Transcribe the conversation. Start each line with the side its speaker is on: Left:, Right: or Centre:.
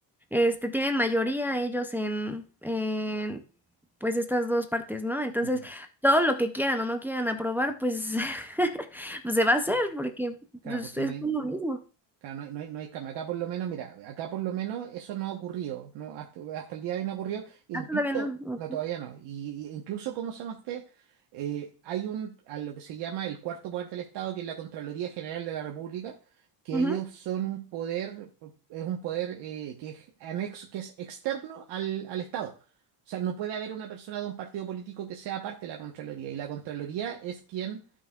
Centre: este, tienen mayoría ellos en, en, pues, estas dos partes, ¿no? Entonces,
Right: Ujú.
Centre: todo lo que quieran o no quieran aprobar, pues, <laughs> pues se va a hacer,
Right: Claro,
Centre: porque
Right: claro,
Centre: pues,
Right: porque
Centre: es
Right: no hay.
Centre: lo mismo.
Right: Claro, no hay, no hay, no hay cama. Acá por lo menos, mira, acá por lo menos eso no ha ocurrido, ¿no? Hasta, hasta el día de hoy no ha ocurrido. E
Centre: Ah,
Right: incluso,
Centre: todavía no. Ujú.
Right: no, todavía no. Y, y incluso, ¿cómo se llama este? Eh, hay un, a lo que se llama el cuarto poder del Estado, que es la Contraloría General de la República, que
Centre: Ujú.
Right: ellos son un poder, es un poder eh, que es anexo, que es externo al, al Estado. O sea, no puede haber una persona de un partido político que sea parte de la Contraloría. Y la Contraloría es quien